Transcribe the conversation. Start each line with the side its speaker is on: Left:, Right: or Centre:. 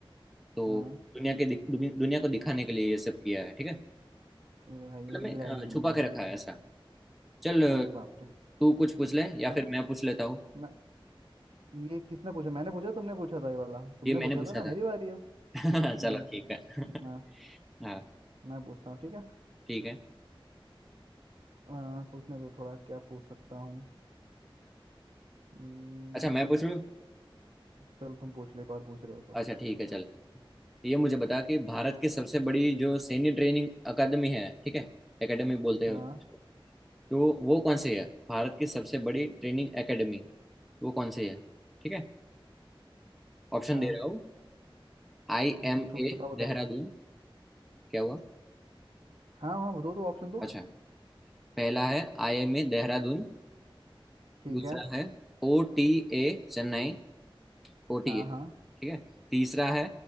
Centre: तो
Right: हाँ
Centre: दुनिया के दिख- दुनिया को दिखाने के लिए ये सब किया है ठीक है
Right: अरे भाई ये
Centre: मतलब मैं
Right: ये
Centre: अ,
Right: आइडिया नहीं
Centre: छुपा
Right: था
Centre: के
Right: मुझे
Centre: रखा है ऐसा चल अ,
Right: अरे बाप रे
Centre: तू कुछ पूछ ले या
Right: चलो
Centre: फिर मैं पूछ लेता हूँ
Right: मैं ये किसने पूछा मैंने पूछा तुमने पूछा था ये वाला तुमने
Centre: ये मैंने
Right: पूछा था
Centre: पूछा
Right: ना
Centre: था
Right: मेरी बारी है
Centre: <laughs>
Right: हम्म
Centre: चलो ठीक है <laughs>
Right: हाँ
Centre: हाँ
Right: मैं पूछता हूँ ठीक है
Centre: ठीक है
Right: अ, सोचने दो थोड़ा क्या पूछ सकता हूँ हम्म,
Centre: अच्छा मैं पूछ लूँ
Right: चलो तुम पूछ लो एक और पूछ रहे हो तो
Centre: अच्छा ठीक है चल तो ये मुझे बता कि भारत की सबसे बड़ी जो सैन्य ट्रेनिंग अकादमी है ठीक है एकेडमी बोलते
Right: हाँ
Centre: हैं उसको, तो वो कौन सी है भारत की सबसे बड़ी ट्रेनिंग एकेडमी वो कौन सी है ठीक है ऑप्शन
Right: हाँ
Centre: दे रहा हूँ I M
Right: पूछो
Centre: A
Right: बताओ बताओ
Centre: Dehradun क्या हुआ
Right: हाँ हाँ बताओ तो ऑप्शन दो
Centre: अच्छा पहला है आई एम ए देहरादून
Right: ठीक
Centre: दूसरा
Right: है
Centre: है O T A Chennai O T
Right: हाँ
Centre: A ठीक
Right: हाँ
Centre: है तीसरा है